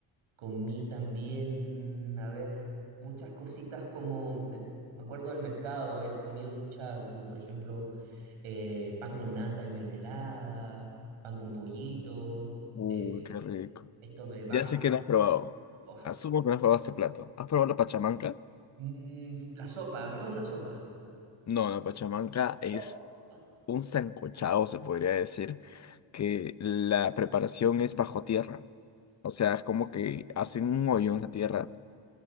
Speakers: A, on the right; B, on the left.
A: comí también, a ver, muchas cositas como, de- me acuerdo del mercado, haber comido mucha, como por ejemplo, eh, pan con nata y mermelada, pan con pollito,
B: uy,
A: eh,
B: qué rico.
A: estos brebajes
B: Ya sé que no has probado.
A: Uf.
B: Asumo que no has probado este plato. ¿Has probado la pachamanca?
A: Mm, la sopa, ¿no? Es una sopa.
B: No, la pachamanca es
A: Oh,
B: un sancochado, se podría decir, que la preparación es bajo tierra. O sea, es como que hacen un hoyo en la tierra